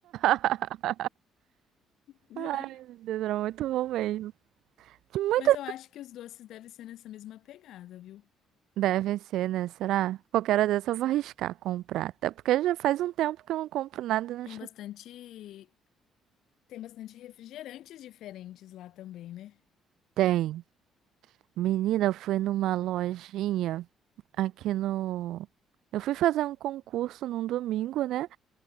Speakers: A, on the right (about 75°); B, on the left (about 75°).
A: <laughs>
B: <laughs>
A: Ai, meu Deus, era muito bom mesmo. muito
B: Mas eu acho que os doces devem ser nessa mesma pegada, viu?
A: Deve ser, né? Será? Qualquer hora dessa eu vou arriscar comprar. Até porque já faz um tempo que eu não compro nada no
B: Tem
A: shopping.
B: bastante, tem bastante refrigerantes diferentes lá também, né?
A: Tem. Menina, eu fui numa lojinha aqui no. Eu fui fazer um concurso num domingo, né?